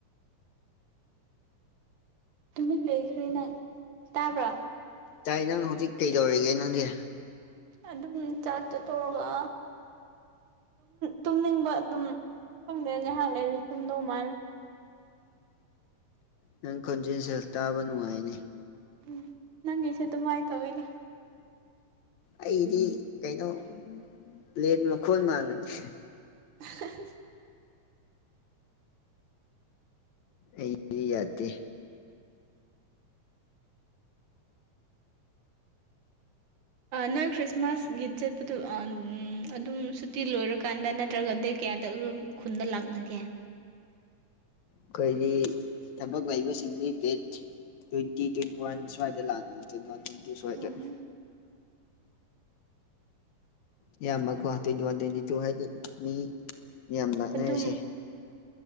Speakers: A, on the right; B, on the left.
A: ꯇꯨꯃꯤꯟ ꯂꯩꯈ꯭ꯔꯦ ꯅꯪ ꯇꯥꯕ꯭ꯔꯥ
B: ꯇꯥꯏ ꯅꯪ ꯍꯧꯖꯤꯛ ꯀꯩꯗꯧꯔꯤꯒꯦ ꯅꯪꯗꯤ
A: ꯑꯗꯨꯝ ꯆꯥꯛꯇꯣ ꯇꯣꯛꯑꯒ ꯇꯨꯝꯅꯤꯡꯕ ꯑꯗꯨꯝ ꯈꯪꯗꯦ ꯉꯥꯏꯍꯥꯛ ꯂꯩꯔꯤ ꯇꯨꯝꯗꯧ ꯃꯥꯜꯂꯦ
B: ꯅꯪ ꯈꯣꯟꯖꯦꯜ ꯁꯦ ꯇꯥꯕ ꯅꯨꯡꯉꯥꯏꯅꯦ
A: ꯎꯝ ꯅꯪꯒꯤꯁꯨꯦ ꯑꯗꯨꯃꯥꯏꯅ ꯇꯧꯏꯤꯅꯦ
B: ꯑꯩꯗꯤ ꯀꯩꯅꯣ ꯄ꯭ꯂꯦꯟ ꯃꯈꯣꯜ ꯃꯥꯡꯂꯅꯤꯁꯦ
A: ꯑꯍ ꯍ
B: ꯑꯩ ꯌꯥꯗꯦ
A: ꯅꯣꯏ ꯈ꯭ꯔꯤꯁꯃꯥꯁꯒꯤ ꯆꯠꯄꯗꯨ ꯑꯗꯨꯝ ꯁꯨꯇꯤ ꯂꯣꯏꯔꯀꯥꯟꯗ ꯅꯠꯇ꯭ꯔꯒ ꯗ ꯀꯌꯥꯗ ꯑꯗꯨꯝ ꯈꯨꯟꯗ ꯂꯥꯛꯅꯒꯦ
B: ꯑꯩꯈꯣꯏꯒꯤ ꯊꯕꯛ ꯂꯩꯕꯁꯤꯡꯗꯤ ꯗꯦꯠ ꯇ꯭ꯋꯦꯟꯇꯤ ꯇ꯭ꯋꯦꯟꯤ ꯋꯥꯟ ꯁ꯭ꯋꯥꯏꯗ ꯂꯥꯛ꯭ꯋ ꯋꯥ ꯇ꯭ꯋꯦꯟꯇ ꯁ꯭ꯋꯥꯏꯗ
A: ꯎꯝ
B: ꯏꯌꯥꯝꯕꯀꯣ ꯇ꯭ꯋꯦꯟꯇꯤ ꯋꯥꯟ ꯇ꯭ꯋꯦꯟꯇꯤ ꯇꯨ ꯍꯥꯏꯗꯤ ꯃꯤ ꯃꯌꯥꯝ ꯂꯥꯛꯅꯔꯤꯁꯦ
A: ꯑꯗꯨꯝ